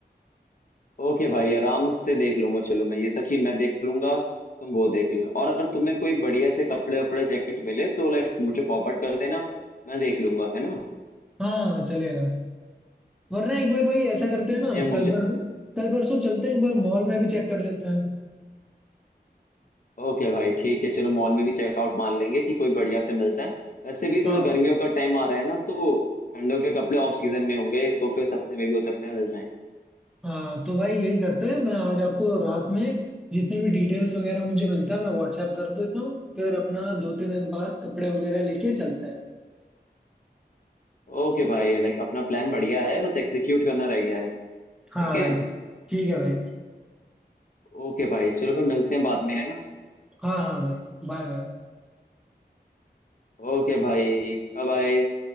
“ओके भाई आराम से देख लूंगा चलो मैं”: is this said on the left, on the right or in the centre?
Left